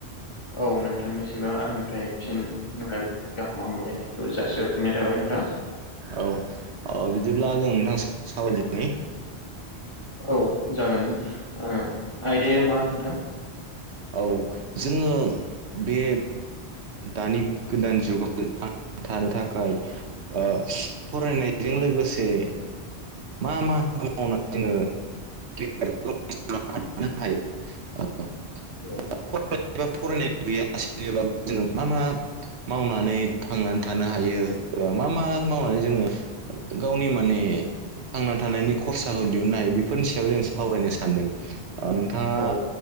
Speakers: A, on the left; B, on the right.
A: औ नोंथांनिसिमबो आंनिफ्राय फिन मोन <unintelligible> गाहाम हामलायनायखौ जासिहरग्रोनाय थाबाय नोंथां
B: औ-औ बिदिब्ला जों नोंथां सावरायदिनि
A: औ जागोन आयदाया मा नोंथां
B: औ जोङो बे दानि गोदान जुगाव नोंथां <unintelligible> थानो थाखाय ओ फरायनायजों लोगोसे मा मा हाबा मावनानै जोङो <unintelligible> नाथाय <unintelligible>
A: औ
B: <unintelligible> फरायनाय गैया लासिनो जोङो मा मा मावनानै थांनानै थानो हायो एबा मा मा मावनानै जोङो गावनि माने थांना थानायनि खरसाखौ दिहुननो हायो बेफोरनि सायाव जों सावरायनो सानदों नोंथाङा
A: औ